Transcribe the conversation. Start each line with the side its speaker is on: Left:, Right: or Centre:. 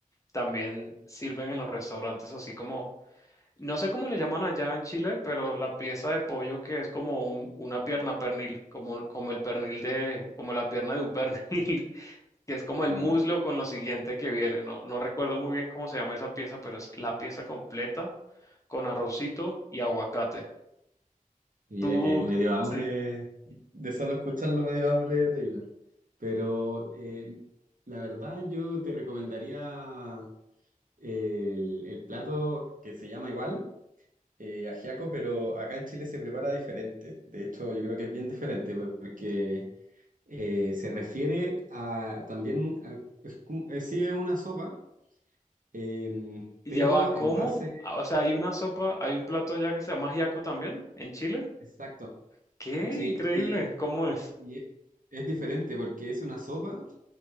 Left: también sirven en los restaurantes así como, no sé cómo le llaman allá en Chile, pero la pieza de pollo que es como un- una pierna pernil, como, como el pernil de, como la pierna de un <laughs> pernil que es como el
Right: Ah,
Left: muslo con lo siguiente que viene. No, no recuerdo muy bien cómo se llama esa pieza, pero es la pieza completa con arrocito y aguacate.
Right: mira
Left: ¿Tú
Right: que me dio hambre.
Left: sí.
Right: De solo escucharlo me dio hambre de Taylor. Pero eh, la verdad yo te recomendaría el, el plato que se llama igual, eh, ajiaco, pero acá en Chile se prepara diferente. De hecho, yo creo que es bien diferente porque eh, se refiere a también, a- es, como- eh, sí es una sopa, em,
Left: y
Right: pero
Left: lleva cómo?
Right: en base,
Left: Ah, O sea, hay una sopa, hay un plato allá que se llama ajiaco también en Chile.
Right: exacto,
Left: ¡Qué
Right: Sí,
Left: increíble!
Right: y,
Left: ¿Cómo es?
Right: y es, es diferente porque es una sopa